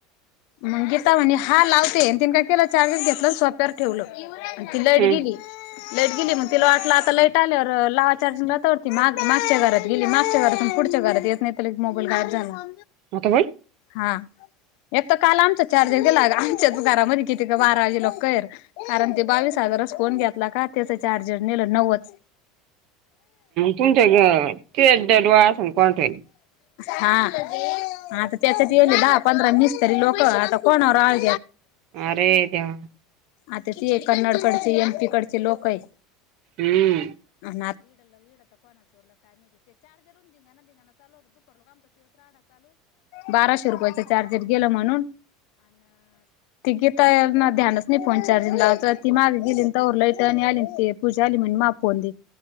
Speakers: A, on the left; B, on the right.
A: मग गीता म्हणे हा लावते तीने काय केला चार्जिंग घेत. ना सोप्यावर ठेवलं ति लाईट
B: हम्म
A: गेली. लेट गेली मग तिला वाटलं आता लाईट आल्यावर लावा चार्जिंगला तोडती माग मागच्या घरात गेली मागच्या घरात पुढच्या घरात येत नाही त्या मोबाईल गायब झाला
B: आता बाई
A: हा एक तर काल आमचा चा चार्जर गेला आमच्या घरामध्ये किती का बारा वाजे ल कर कारण ते बावीस हजारच फोन घेतला का त्याच चार्जर नेलं नववच
B: तुमच्या ते दडवा अस कोणठ
A: हा आता त्यासाठी येले दहा पंधरा मिसतरी तरी लोक आता कोणावर आळ
B: अरे देवा
A: आता ते कन्नड कडचे एमपी कडचे लोक आहे
B: हम्म
A: <unintelligible> ल बाराशे रुपयाच चार्जर गेलं म्हणून गीताई ना ध्यानच मी फोन चार्जिंग लावती ती मागे गेली तर लाईटर्न आली ते पूजाली म्ह मझे फोन दे